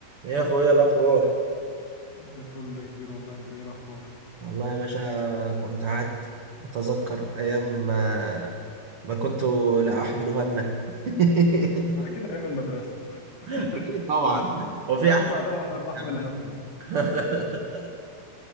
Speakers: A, on the right; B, on the left.
A: ايه يا اخويا إيه الاخبار
B: زي الفل يا كبير والله انت ايه الاخبار
A: والله يا باشا كنت قاعد اتذكر ايام ما ما كنت لا احمل هما <laughs>
B: على كده ايام المدرسه <laughs>
A: اكيد طبعا هو في
B: من
A: احلى
B: بعدها واحنا بنحمل
A: من
B: هم
A: <laughs>